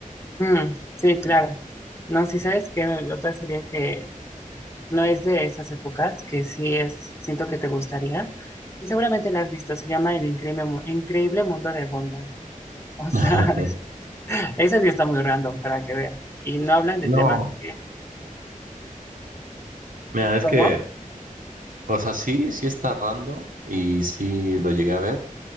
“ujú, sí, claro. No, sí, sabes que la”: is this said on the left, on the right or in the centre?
Left